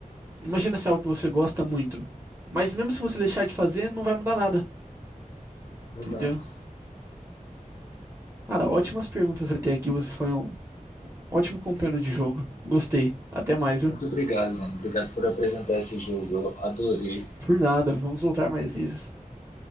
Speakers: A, on the right; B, on the left.
A: imagina se é algo que você gosta muito. Mas mesmo se você deixar de fazer, não vai mudar nada, entendeu?
B: Exato.
A: Cara, ótimas perguntas até aqui. Você foi um ótimo companheiro de jogo. Gostei. Até mais, viu?
B: Muito obrigado, mano. Obrigado por apresentar esse jogo. Eu adorei,
A: Por nada, vamos voltar mais vezes.